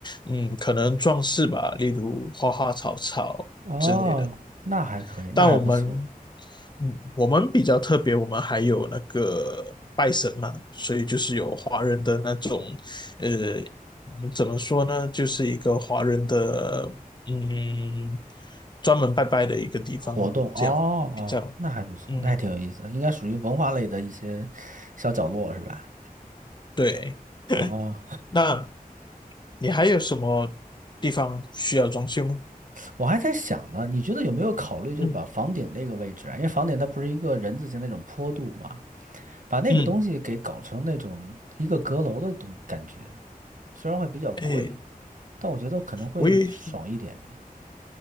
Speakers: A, on the left; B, on the right.
A: 嗯，可能装饰吧，例如花花草草之类的。
B: 哦，那还可以，那还不错。
A: 但我们，嗯，我们比较特别，我们还有那个拜神嘛，所以就是有华人的那种，呃，我们怎么说呢，就是一个华人的，嗯，专门拜拜的一个地方，
B: 活动哦
A: 这样比较。
B: 哦，那还不错，
A: 嗯，
B: 那还挺有意思的应该属于文化类的一些小角落是吧？
A: 对，
B: 哦，
A: 那你还有什么地方需要装修吗？
B: 我还在想呢，你觉得有没有考虑就是把房顶那个位置啊，
A: 嗯
B: 因为房顶它不是一个人字形那种坡度嘛，把那个东西给搞成那种一个阁楼的东感觉。
A: 嗯，
B: 虽然会比较贵，
A: 哎，
B: 但我觉得可能会爽一点的呀。
A: 我也